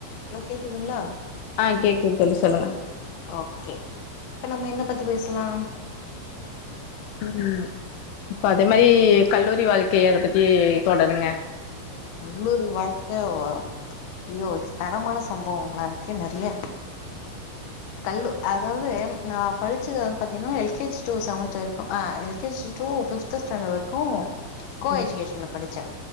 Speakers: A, on the left; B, on the left.
A: Hello கேக்குதுங்களா
B: ஆ கேக்குது தோழி சொல்லுங்க
A: ஓகே இப்ப நம்ம என்ன பத்தி பேசலாம்
B: உம் இப்ப அதே மாரி கல்லூரி வாழ்க்கை அத பத்தி தொடருங்க
A: கல்லூரி வாழ்க்க வ ஐயோ தரமான சம்பவங்களா இருக்கே நெறைய கல்லு அதாவது நா படிச்சது வந்து பாத்தீங்கன்னா எல்கேஜி டூ செவன்த் வரைக்கு அ எல்கேஜி டூ ஃபிப்த் ஸ்டாண்டர்ட் வரைக்கு கு கோ
B: ம்
A: எஜுகேஷன்ல படிச்ச